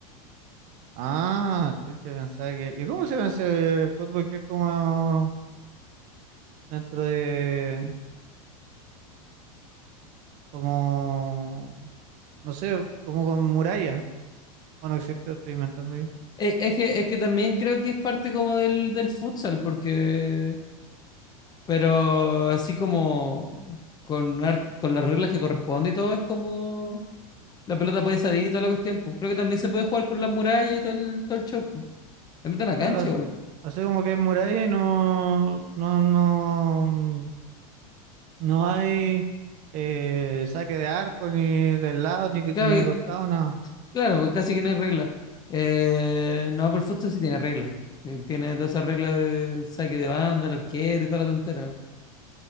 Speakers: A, on the right (about 40°); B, on the left (about 20°).
A: Ah, chucha, pensaba que. ¿Y cómo se ve ese fútbol que es como dentro de. como. no sé, como con muralla? Bueno, existe, lo estoy inventando yo.
B: Eh, Es, que, es que también creo que es parte como del, del futsal, porque, pero así como con, ar- con las reglas que corresponde y todo, es como la pelota puede salir y toda la cuestión, pues. Creo que también se puede jugar con las murallas y todo el, todo el show, pues. También está en
A: Claro,
B: la cancha
A: hace,
B: igual.
A: hace como que es muralla y no. no, no. no hay eh, saque de arco, ni del lado, ni,
B: Claro,
A: ni de costado, nada.
B: Claro, porque casi que no hay regla. Eh, no, pero el futsal sí tiene regla. Sí, Tiene todas esas reglas de saque de banda, el arquero y toda la tontera.